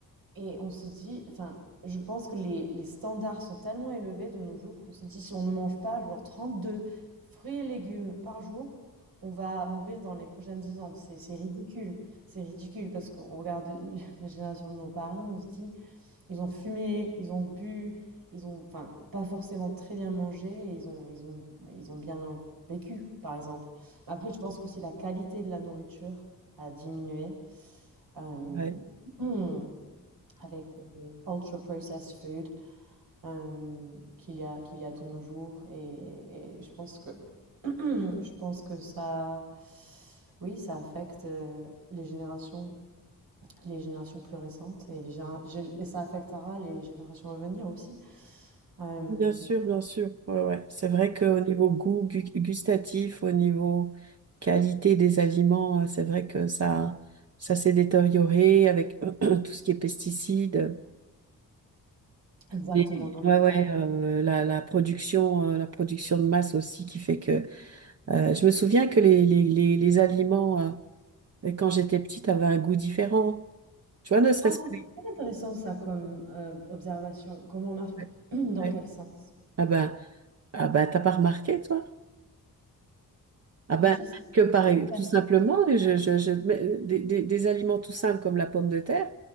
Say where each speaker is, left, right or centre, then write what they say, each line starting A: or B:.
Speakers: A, on the right; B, on the right.
A: Et on se dit, enfin, je pense que les, les standards sont tellement élevés de nos jours qu'on se dit, si on ne mange pas, genre 32 fruits et légumes par jour, on va mourir dans les prochaines 10 ans. C'est, c'est ridicule. C'est ridicule parce qu'on regarde <laughs> l- la génération de nos parents, on se dit, ils ont fumé, ils ont bu, ils ont, enfin, pas forcément très bien mangé, et ils ont, ils ont, ils ont bien vécu, par exemple. Après, je pense qu'aussi la qualité de la nourriture a diminué. Euh,
B: Ouais.
A: hmm avec euh, ultra processed food euh, qu'il y a qu'il y a de nos jours et, et je pense que <clears throat> je pense que ça oui ça affecte euh, les générations les générations plus récentes et les généra- gé- et ça affectera les générations à venir aussi Euh,
B: Bien sûr, bien sûr. Ouais, ouais. C'est vrai qu'au niveau goût gu- gustatif, au niveau qualité des aliments, euh, c'est vrai que ça, ça s'est détérioré avec <clears throat> tout ce qui est pesticides,
A: exactement
B: les,
A: non totalement
B: ouais, ouais, euh, la, la production, euh, la production de masse aussi qui fait que, euh, je me souviens que les, les, les, les aliments, euh, quand j'étais petite, avaient un goût différent. Tu vois, ne serait-ce
A: ah c'est
B: que les-
A: c'est très intéressant ça comme euh, observation comme remarque
B: ouais,
A: <clears throat> dans
B: ouais.
A: quel sens
B: Ah ben, ah ben, t'as pas remarqué, toi? Ah
A: ben
B: ben,
A: je sais
B: que pareil,
A: pas, en
B: tout
A: fait.
B: simplement,
A: Je-
B: je, je, je, mais, des, des, des aliments tout simples comme la pomme de terre.